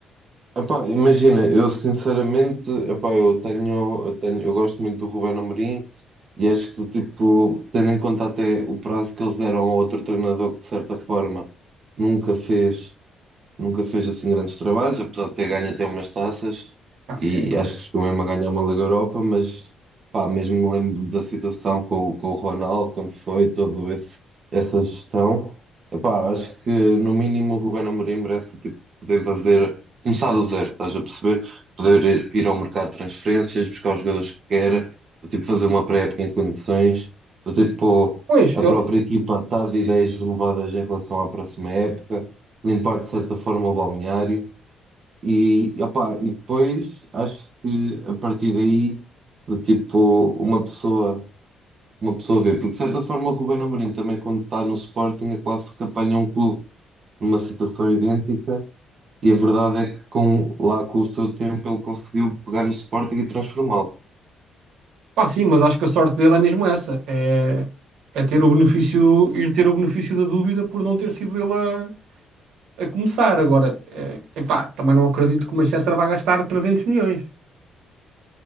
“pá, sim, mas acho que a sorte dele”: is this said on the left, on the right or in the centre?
Right